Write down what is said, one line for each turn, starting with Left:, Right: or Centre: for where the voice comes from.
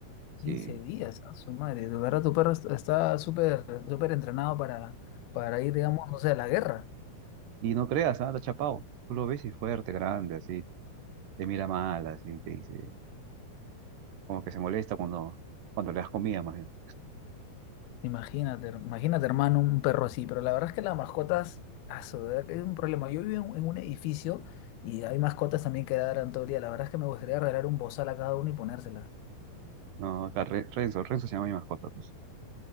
Right: Sí.
Left: quince días, a su madre, de verdad tu perro est- está súper, súper entrenado para, para ir, digamos, o sea, a la guerra.
Right: Y no creas, nada, chapado. Tú lo ves y fuerte, grande, así. Te mira mal, así. Te dice. Como que se molesta cuando, cuando le das comida, más bien.
Left: Imagínate, her- imagínate, hermano, un perro así, pero la verdad es que las mascotas, a su verdad que es un problema. Yo vivo en, en un edificio y hay mascotas también que dan todo el día. La verdad es que me gustaría regalar un bozal a cada uno y ponérselas.
Right: No, acá Re- Renzo. Renzo se llama mi mascota, pues.